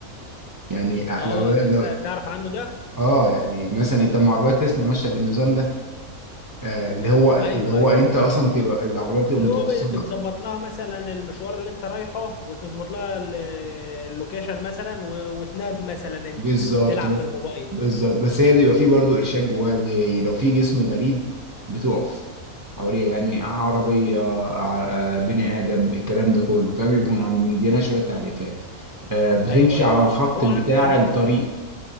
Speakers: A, on the right (about 20°); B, on the left (about 70°).
A: يعني
B: اه
A: لو
B: ده
A: لو
B: انت تعرف عنه ده
A: اه يعني مثلا طب ما عربيات تسلا ماشيه بالنظام ده آه اللي هو
B: ايوه
A: اللي هو
B: ايوه
A: انت اصلا تبقى العربيه بتبقى
B: اللي
A: متوصله
B: هو ب- بتظبط لها مثلا المشوار اللي انت رايحه وتظبط لها ال- اللوكيشن مثلا و- وتنام مثلا انت
A: بالظبط
B: تلعب
A: بس
B: في الموبايل
A: بالظبط بس هي بيبقى فيه برضه ارشاد جواها اللي هي ايه لو في جسم غريب بتقف حواليها يعني عربيه ع- آه، بني ادم الكلام ده كله فاهم بيكون عم مدينا شويه تعريفات آه، بتمشي
B: ايوه ايوه
A: على الخط
B: هو
A: بتاع
B: ع- عن
A: الطريق